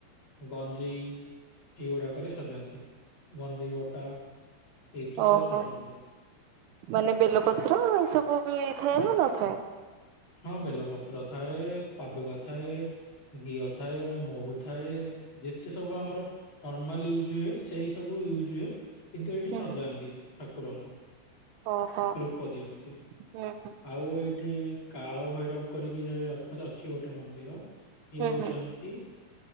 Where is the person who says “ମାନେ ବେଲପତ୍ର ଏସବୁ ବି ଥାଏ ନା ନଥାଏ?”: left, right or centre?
Right